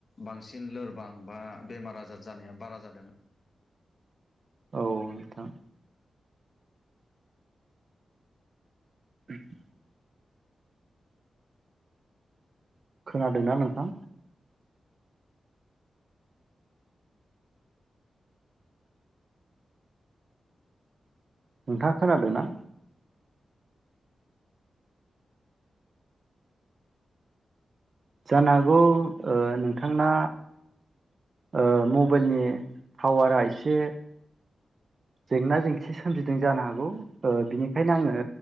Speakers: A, on the left (about 45°); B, on the right (about 50°).
A: बांसिन लोरबां बा बेमार आजार जानाया बारा जादों
B: औ नोंथां <inaudible> खोनादोंना नोंथां? नोंथाङा खोनादोंना? जानो हागौ ओ नोंथांना ओ मबाइलनि पावारा एसे जेंना जेंसि सोमजिदों जानो हागौ ओ बिनिखायनो आङो